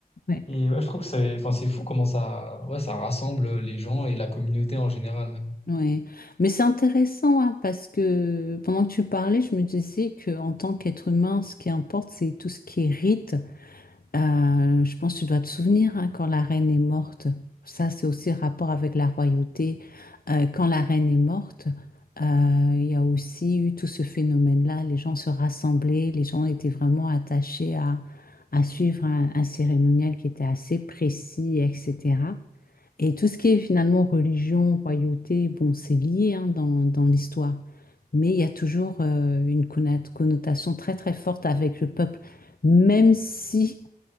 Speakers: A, on the left; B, on the left.
A: Ouais.
B: Et ouais, je trouve que c'est, enfin, c'est fou comment ça, ouais, ça rassemble les gens et la communauté en général même.
A: Ouais. Mais c'est intéressant hein, parce que pendant que tu parlais, je me disais que en tant qu'être humain, ce qui importe, c'est tout ce qui est rite. Euh, je pense que tu dois te souvenir hein, quand la reine est morte. Ça, c'est aussi rapport avec la royauté. Euh, quand la reine est morte, euh, il y a aussi eu tout ce phénomène-là. Les gens se rassemblaient, les gens étaient vraiment attachés à, à suivre un, un cérémonial qui était assez précis, etc. Et tout ce qui est finalement religion, royauté, bon, c'est lié hein, dans, dans l'histoire. Mais il y a toujours euh, une conna- connotation très très forte avec le peuple, même si